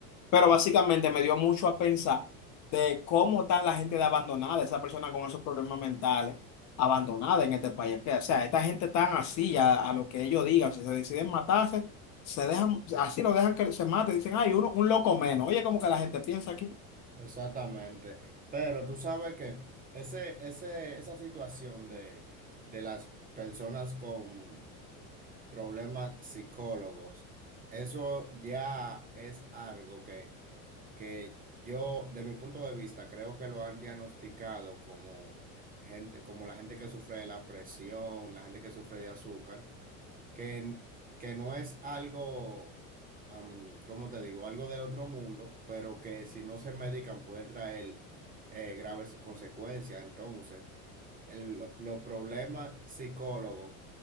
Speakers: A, on the left; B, on the right.
A: Pero básicamente me dio mucho a pensar de cómo están la gente de abandonada, esa persona con esos problemas mentales, abandonada en este país. Que, o sea, esta gente tan así a, a lo que ellos digan, si se deciden matarse, se dejan, así lo dejan que se mate, dicen, ay, uno, un loco menos. Oye, como que la gente piensa aquí.
B: exactamente. Pero tú sabes que ese, ese, esa situación de, de las personas con problemas psicólogos, eso ya es algo que, que yo, de mi punto de vista, creo que lo han diagnosticado como gente, como la gente que sufre de la presión, la gente que sufre de azúcar. que, n- que no es algo, am, ¿cómo te digo? Algo del otro mundo, pero que si no se medican puede traer eh, graves consecuencias. Entonces, el- lo- los problemas psicólogos